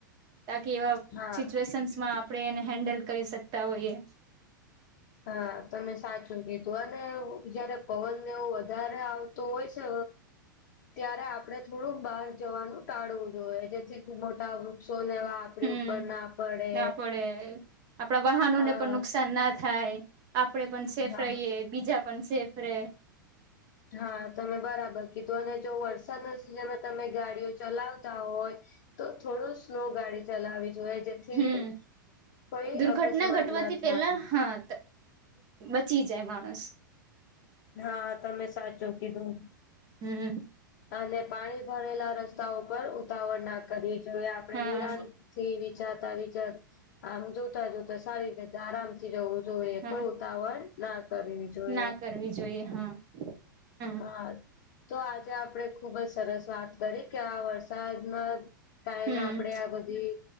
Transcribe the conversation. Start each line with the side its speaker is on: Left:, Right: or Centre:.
Right: તાકી એવા.
Left: હા
Right: સિચ્યુએશન્સ માં આપણે એને હેન્ડલ કરી શકતા હોઈએ.
Left: હા તમે સાચું કીધું અને જયારે. પવન ને એવું વધારે આવતું હોય છે. ત્યારે આપડે થોડું બહાર જવાનું ટાળવું જોઈએ જેથી ખૂબ મોટા વૃક્ષો ને એવા. આપડી
Right: હમ
Left: ઉપર ના પડે
Right: ના પડે આપણા વાહનોને
Left: હા
Right: પણ નુકસાન ના થાય. આપડે પણ સેફ
Left: હા
Right: રહીએ બીજા પણ સેફ રે.
Left: હા તમે બરાબર કીધું અને જો વરસાદના સિઝનમાં તમે ગાડીઓ ચલાવતા હોય. તો થોડું સ્લો ગાડી ચલાવી જોઈએ. જેથી
Right: હમ
Left: કોઈ
Right: દુર્ઘટના
Left: અકસ્માત
Right: ઘટવાથી
Left: ના થાય.
Right: પેલા હા બચી જાય માણસ.
Left: હા તમે સાચું કીધું.
Right: હમ.
Left: અને પાણી ભરેલા રસ્તાઓ પર ઉતાવળ ના કરવી જોઈએ આપણે
Right: હા
Left: નિરાંત. થી વિચારતા વિચાર આમ જોતા જોતા સારી રીતે આરામ થી જવું. જોઈએ
Right: હા
Left: કોઈ ઉતાવળ ના કરવી જોઈએ.
Right: ના કરવી જોઈએ હા. હમ
Left: હા તો આજે આપણેે ખુબ જ સરસ વાત કરી કે આ વરસાદમાં ટાઈમ
Right: હમ
Left: આપડે આ બધી